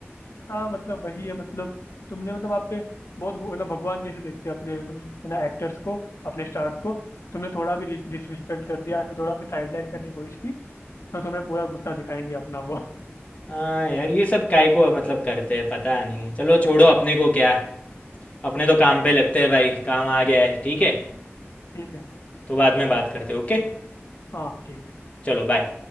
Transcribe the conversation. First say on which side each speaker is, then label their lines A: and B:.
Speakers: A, on the left; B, on the left.
A: हाँ मतलब वही है मतलब तुमने मतलब आप पे बहुत गो- ना भगवान जैसे देखते हैं अपने है ना एक्टर्स को अपने स्टार्स को तुमने थोड़ा भी डिसरिस्पेक्ट कर दिया फिर थोड़ा भी साइडलाइन करने की कोशिश की तो तुम्हें पूरा गुस्सा दिखाएंगे अपना वो
B: हाँ यार ये सब काय को मतलब करते हैं पता नहीं चलो छोड़ो अपने को क्या अपने तो काम पे लगते हैं भाई काम आ गया है ठीक है
A: ठीक है
B: तो बाद में बात करते हैं ओके
A: हाँ ठीक है
B: चलो बाय